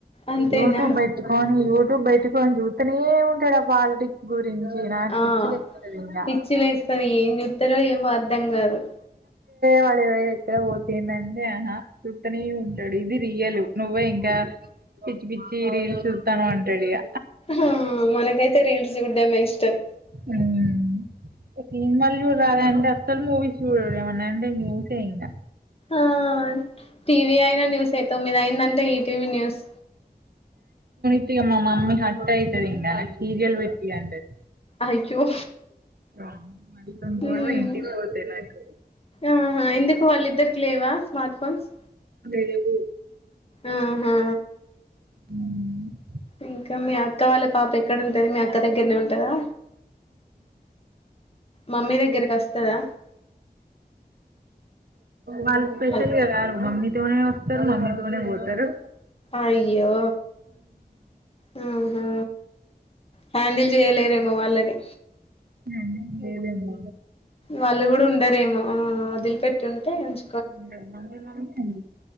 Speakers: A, on the left; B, on the right.
A: అంతేనా
B: యూట్యూబ్ బెట్టుకొని యూట్యూబ్ బైటక్ ఫోన్ జూతానే ఉంటాడూ ఆ పొలిటికస్ గు రించి నాకు
A: ఆ
B: పిచ్చి లేస్తాది ఇంగా
A: పిచ్చి లేస్తది ఏం చూస్తారో ఏమో అర్ధం కాదు
B: వాడ ఎక్కడ పోతుందంటే ఆహ చూతనే ఉంటాడు ఇది రియల్ నువ్వే ఇంకా పిచ్చి పిచ్చి రీల్స్ చూస్తాను అంటాడు ఇగ
A: ఆ మనకైతే రీల్స్ చూడ్డమే ఇష్టం
B: హా సినిమాల్ చూడరాద్ అస్సల్ మూవీస్ చూడరు ఏమనాంటే ఆ న్యూసే ఇంగ
A: ఆ టీవీ అయినా న్యూస్ ఎ తొమ్మిదిఅయింది అంటే ఈటివి న్యూస్
B: ఇక మా మమ్మీ హట్ అయితది ఇంగా సీరియల్ పెట్టి ఇగ అంటది.
A: అయ్యో
B: అ విటితోని గొడవ
A: ఉమ్
B: ఇంటికి పోతే నైట్
A: ఆహా ఎందుకు వాళ్ళిద్దరికి లేవా స్మార్ట్ ఫోన్స్
B: లేవు
A: ఆహా
B: ఉమ్
A: ఇంకా మీ అక్క వాళ్ళ పాప ఎక్కడుంటది మీ అక్క దగ్గరనే ఉంటదా మమ్మీ దగ్గరకొస్తదా
B: వాళ్ళు స్పెషల్
A: హల్
B: గదా మమ్మీ తోనే వస్తరు మమ్మీతోనే పోతరు
A: అయ్యో హుహూ హ్యాండిల్ జేయలేరేమో వాళ్ళని
B: ఎం జేయలేరు
A: వాళ్ళు కూడా ఉండరేమో ఆ వదిలిపెట్టి ఉంటే కొంచ
B: ఆ మమ్మీమమ్మీ ఏ అంది